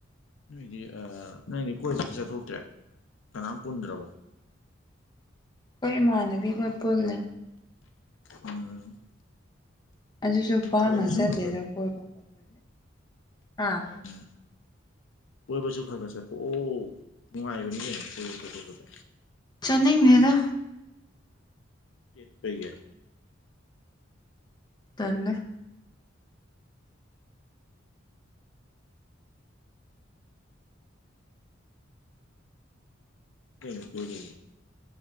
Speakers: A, on the left; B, on the left.
A: ꯅꯣꯏꯗꯤ ꯑ ꯅꯪꯗꯤ ꯀꯣꯏꯕꯖꯨ ꯆꯠꯊꯣꯛꯇ꯭ꯔꯦ ꯀꯅꯥꯝ ꯄꯨꯟꯗ꯭ꯔꯕꯣ
B: ꯈꯣꯏ ꯏꯃꯥꯟꯅꯕꯤꯍꯣꯏ ꯄꯨꯜꯂꯦ
A: ꯎꯝ
B: ꯑꯗꯨꯁꯨ ꯄꯥꯡꯅ
A: ꯀꯣꯏꯕꯁꯨ
B: ꯆꯠꯇꯦꯗ
A: ꯈꯔ ꯈꯔ
B: ꯀꯣꯏꯕ ꯈꯣꯠꯄ ꯑꯥ
A: ꯎꯝ ꯀꯣꯏꯕꯁꯨ ꯈ ꯈ ꯆꯠꯊꯣꯛꯑꯣ ꯅꯨꯡꯉꯥꯏꯕꯅꯤ ꯀꯩꯅꯣ ꯀꯣꯏꯕ ꯆꯠꯊꯣꯛꯄꯁꯦ
B: ꯆꯅꯤꯡꯗꯦꯗ
A: ꯑꯦ ꯀꯩꯒꯤ
B: ꯇꯜꯂꯦ
A: ꯀꯩꯅꯣ ꯀꯣꯏꯕꯕꯨ